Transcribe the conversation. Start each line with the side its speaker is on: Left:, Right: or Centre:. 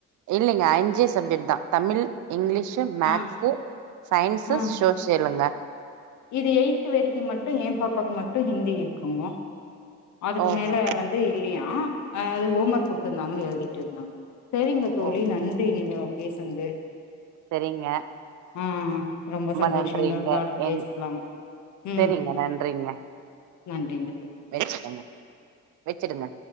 Right: இல்லைங்க அஞ்சே சப்ஜெக்ட் தா தமிழ் இங்கிலீஷ் சு மேக்ஸு
Left: ஆ
Right: சயின்ஸ்சு
Left: ஆ
Right: சோசியலங்க
Left: இது எயி்த்து வரைக்கு மட்டு எ பாப்பாக்கு மட்டு ஹிந்தி இருக்குங்க அதுக்கு
Right: ஓஹோ
Left: மேல வந் து இல்லையா எது ஹோம் ஒர்க் கொட்ட இருந்தாங்கன்னு எழுதிட்ருந்தாங்க சரிங்க தோழி
Right: ஓ
Left: நன்றி நீங்க பேசுந்து
Right: சரிங்க
Left: ஆ ரொம்ப சந்தோஷ
Right: நன்றிங்க
Left: இன்னொரு கால் பேசலாம்
Right: என்
Left: ம்
Right: சரிங்க நன்றிங்க
Left: நன்றிங்க தோழி
Right: வச்சுக்கங்க வச்சுடுங்க